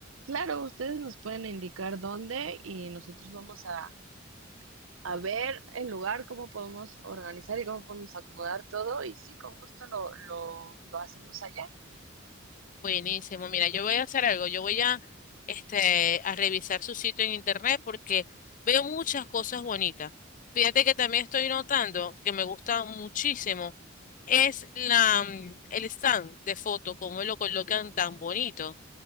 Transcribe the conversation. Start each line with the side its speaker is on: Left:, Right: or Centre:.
Right: Claro, ustedes nos pueden indicar dónde y nosotros vamos a, a ver el lugar, cómo podemos organizar y cómo podemos acomodar todo y sí, con gusto lo, lo, lo hacemos allá.
Left: Buenísimo. Mira, yo voy a hacer algo. Yo voy a, este, a revisar su sitio en internet porque veo muchas cosas bonitas. Fíjate que también estoy notando que me gusta muchísimo es la, mm, el stand de foto, cómo lo colocan tan bonito,